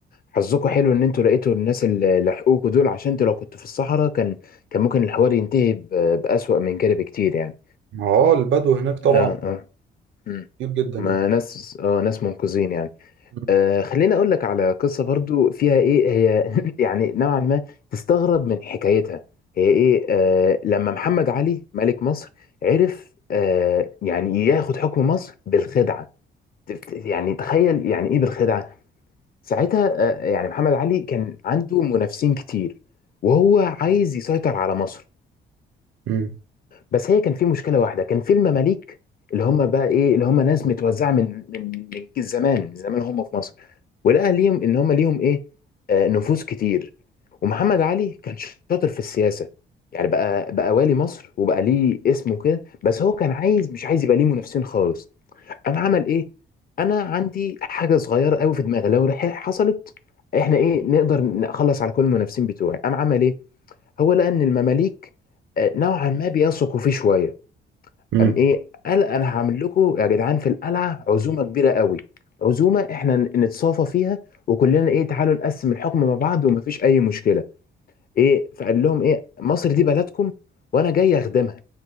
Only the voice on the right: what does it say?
ما هو آه، البدو هناك طبعا
كتير جدا
يعني
مم.
مم.
مم.